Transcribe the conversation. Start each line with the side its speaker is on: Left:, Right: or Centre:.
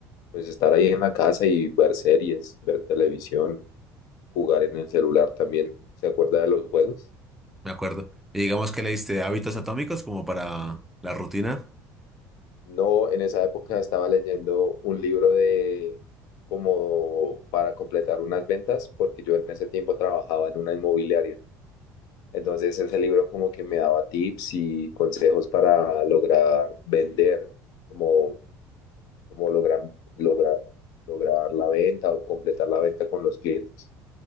Left: pues estar ahí en la casa y ver series, ver televisión, jugar en el celular también. ¿Se acuerda de los juegos?
Centre: Me acuerdo. Y digamos que le diste hábitos atómicos como para la rutina,
Left: No, en esa época estaba leyendo un libro de como para completar unas ventas, porque yo en ese tiempo trabajaba en una inmobiliaria. Entonces ese libro como que me daba tips y consejos para lograr vender, como, como lograr, lograr, lograr la venta o completar la venta con los clientes.